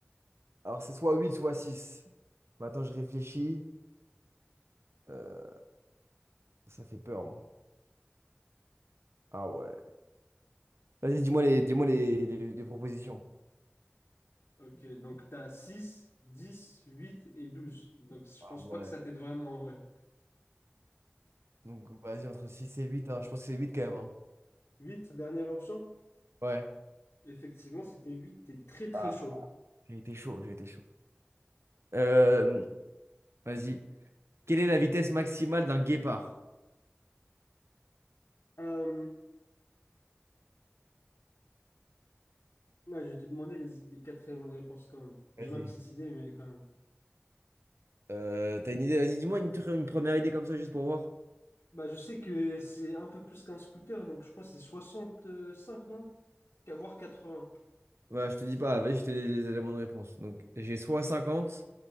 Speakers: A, on the right (about 75°); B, on the left (about 80°).
A: Alors, c'est soit 8, soit 6. Maintenant, je réfléchis. Euh, ça fait peur. hein. Ah ouais. Vas-y, dis-moi les, dis-moi les les- les propositions.
B: Ok, donc t'as 6, 10, 8 et douze Donc je
A: Ah
B: pense
A: ouais.
B: pas que ça t'aide vraiment, ouais.
A: Donc, vas-y, entre 6 et huit hein. Je pense que c'est 8 quand même. hein.
B: 8, dernière option?
A: Ouais,
B: Effectivement, c'était huit t'es très très
A: Ah,
B: chaud.
A: j'ai été chaud, j'ai été chaud. Euh, vas-y. Quelle est la vitesse maximale d'un guépard?
B: Euh... ouais, je vais te demander les, les quatre éléments de réponse quand même.
A: vas-y.
B: J'ai ma petite idée, mais quand même.
A: Euh, t'as une idée? Vas-y, dis-moi une, tr- une première idée comme ça, juste pour voir.
B: Bah, je sais que c'est un peu plus qu'un scooter, donc je crois que c'est cinq non? Qu'à voir quatre-vingts
A: Bah, je te dis pas, vas-y, je te donne les éléments de réponse. Donc, j'ai soit 50